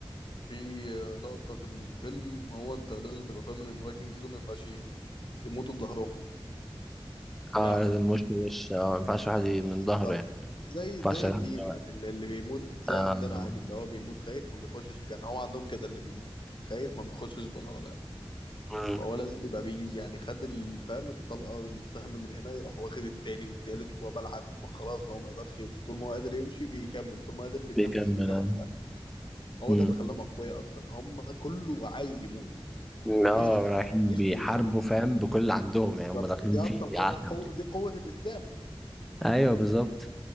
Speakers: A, on the left; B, in the centre.
A: في آه، لقطه في الفيلم هو انت لازم تبقى فاهم ان الفايكنجز دول ما ينفعش ي- يموتوا بظهرهم
B: اه
A: يعني
B: لازم وش لوش اه ما ينفعش واحد ي- من
A: بالظبط
B: ظهره يعني
A: زي
B: ما ينفعش
A: زي
B: أغني
A: الدين
B: دلوقتي.
A: يعني اللي اللي بيموت زي
B: آه
A: عندنا عادي اللي هو بيموت خايف ما بيخشش الجنة هو عندهم كده اللي بيموت خايف ما بيخشش فالهالا يعني
B: مم.
A: فهو لازم يبقى بي يعني خد ال- فاهم الطلقة السهم من هنا يروح واخد التاني والتالت والرابع لحد ما خلاص هو ما يقدرش يمشي طول ما هو قادر يمشي بيكمل طول ما قادر بيتنفس
B: بيكمل
A: بيكمل فاهم هو
B: امم
A: ده اللي خلاهم أقوياء أصلا هم كله عايز يموت مش
B: اه رايحين
A: مش
B: بيحاربوا
A: بيموت
B: فاهم بكل اللي عندهم
A: بالظبط
B: يعني هم داخلين
A: دي
B: فيه
A: أصلا قو...
B: عشم يعني
A: قو... دي قوة الإسلام
B: ايوه بالظبط